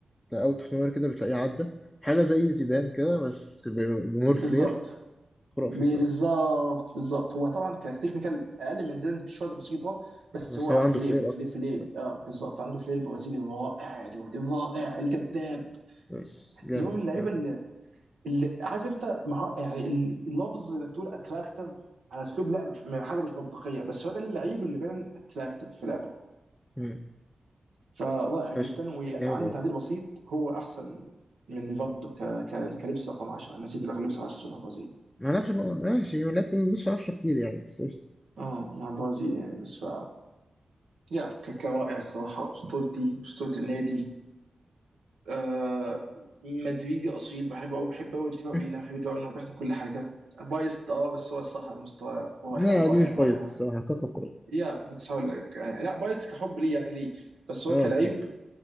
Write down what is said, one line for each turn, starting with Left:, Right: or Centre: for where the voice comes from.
Left: أوت أوف نوير كده بتلاقيه عدى حاجة زي زيدان كده بس ب- بمور
Right: بالظبط
Left: فلير خرافي
Right: بالظبط
Left: الصراحة
Right: بالظبط هو طبعا كتكنيكال اقل من زيدان بشويه بسيطه بس
Left: بس
Right: هو
Left: هو عنده
Right: فلير
Left: فلير أكتر
Right: فلير فلير
Left: بس,
Right: اه بالظبط عنده فلير برازيلي رائع يا دود رائع الجذاب
Left: بس جامد
Right: اللي هو من اللعيبه
Left: جامد
Right: اللي, اللي عارف انت مع يعني ال- اللفظ انك تقول اتراكتيف على اسلوب لعب م- حاجه مش منطقيه بس هو ده اللعيب اللي فعلا اتراكتيف في لعبه
Left: مم.
Right: فرائع
Left: فشخ
Right: جدا وعندي
Left: جامد أوي
Right: تعديل بسيط هو احسن من نيفالدو ك... ك... كلبس رقم 10 أنا نسيت اقول لك كلبس 10 مع البرازيل
Left: ما لعبش ماشي ما لعبش مش 10 كتير يعني بس قشطة
Right: اه مع البرازيل يعني بس ف يا كاكا رائع الصراحة أسطورتي أسطورة النادي آه مدريدي أصيل بحبه أوي بحب أوي انتباهه
Left: <laughs>
Right: لينا بحب انتباهه إنه بيحضر كل حاجة بايست أه بس هو الصراحة المستوى رائع
Left: لا
Right: رائع
Left: دي مش بايظ
Right: رائع
Left: دي الصراحة كاكا خرافي
Right: يا كنت هقول لك يعني لا بايست كحب ليه يعني ليه بس هو
Left: اه
Right: كلعيب
Left: اوكي